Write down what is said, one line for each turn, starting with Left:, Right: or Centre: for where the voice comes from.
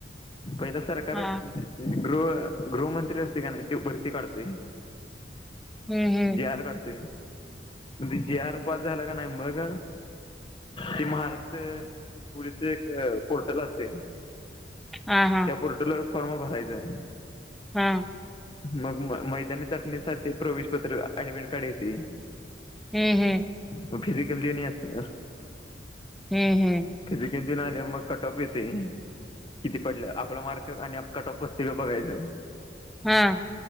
Left: पहिला सरकार.
Centre: हा
Left: गृह गृहमंत्री असते का नाही तो भरती काढतोय.
Centre: हम्म हम्म
Left: जी आर काढतोय म ते जी आर पास झाला का नाही मग. ते महाराष्ट्र पुढचे. पोर्टल असतय
Centre: हा हा
Left: त्या पोर्टलवर फॉर्म भरायचं.
Centre: हा हम्म
Left: मग म मैदानी चाचणीसाठी प्रवेशपत्र ऍडमिट कार्ड येतय.
Centre: हम्म हम्म.
Left: मग फिजिकल देऊन यायचं.
Centre: हम्म हम्म.
Left: फिजिकल देऊन आल्यावर मग कट ऑफ येतोय. किती पडलं आपलं मार्क आणि कट ऑप बसतोय काय बघायचं.
Centre: हा.